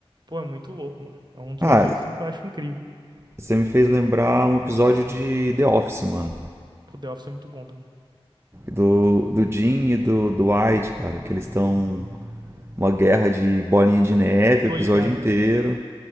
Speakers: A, on the right; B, on the right.
A: Pô, é muito louco, mano. É um dos
B: Ah,
A: bagulhos assim que eu acho incrível.
B: você me fez lembrar um episódio de The Office, mano.
A: Pô, The Office é muito bom também.
B: Do, do Jim e do, do Dwight, cara, que eles estão uma guerra de bolinha de neve
A: Tô
B: o episódio
A: ligado.
B: inteiro.